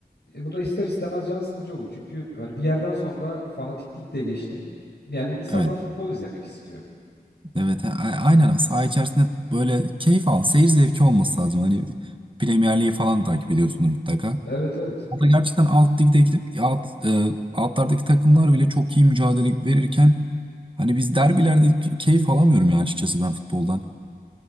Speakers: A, on the left (about 85°); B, on the right (about 30°).
A: E, bu da ister istemez can sıkıcı oluyor Çünkü hani bir yerden sonra fanatiklik de geçtim. Yani insanlar
B: evet
A: futbol izlemek istiyor.
B: evet a- aynen saha içerisinde böyle keyif al seyir zevki olması lazım hani Premier Lig'i falan takip ediyorsunuz mutlaka.
A: Evet evet.
B: O da gerçekten alt ligdeki alt, e, altlardaki takımlar bile çok iyi mücadele verirken hani biz derbilerde keyif alamıyorum ya açıkçası ben futboldan.